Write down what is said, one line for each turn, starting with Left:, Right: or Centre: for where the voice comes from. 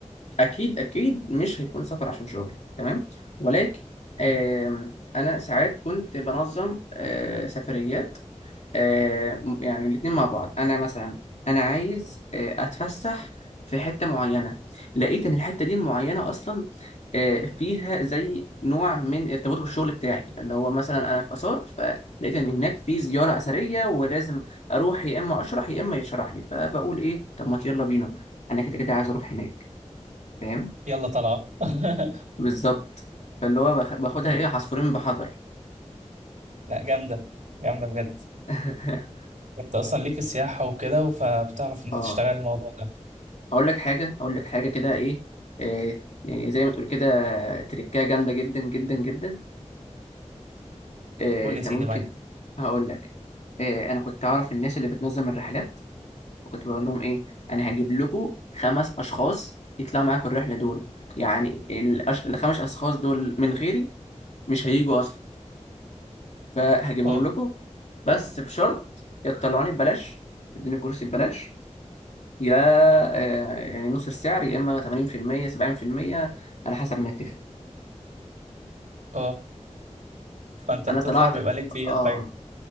Left: اكيد اكيد مش هيكون سفر عشان شغل تمام ولكن
Right: مم.
Left: آم، انا ساعات كنت بنظم آه، سفريات آه، يعني الاتنين مع بعض انا مثلا انا عايز آه، اتفسح في حتة معينة لقيت ان الحتة دي المعينة اصلا آه، فيها زي نوع من ارتباط بالشغل بتاعي اللي هو مثلا انا في اثار فلقيت ان هناك في زيارة اثرية ولازم اروح يا اما اشرح يا اما يشرح لي فبقول ايه طب ما يلا بينا انا كده كده عايز اروح هناك فاهم
Right: يلا طلعه <laughs>
Left: بالظبط فاللي هو باخ- باخدها
Right: مم.
Left: ايه عصفورين بحجر
Right: لا جامده جامده بجد
Left: <laughs>
Right: انت اصلا ليك في السياحه وكده فبتعرف ان
Left: اه
Right: انت تشتغل الموضوع ده
Left: اقول لك حاجه اقول لك حاجه كده ايه آه يعني زي ما تقول كده تركايه جامده جدا جدا جدا آه
Right: قول
Left: انت
Right: يا سيدي
Left: ممكن
Right: معاك
Left: هقول لك آه انا كنت اعرف الناس اللي بتنظم الرحلات كنت بقول لهم ايه انا هجيب لكم خمس اشخاص يطلعوا معاكم الرحله دول يعني الأش... الخمس اشخاص دول من غيري مش هيجوا اصلا فهجيبهم
Right: اه
Left: لكم بس بشرط يطلعوني ببلاش يدوني كرسي ببلاش يا آه، يعني نص السعر يا اما 80% 70% على حسب ما نتفق
Right: اه فانت
Left: انا
Right: بتطلع
Left: طلعت
Right: بيبقى ليك فيها
Left: اه
Right: فايده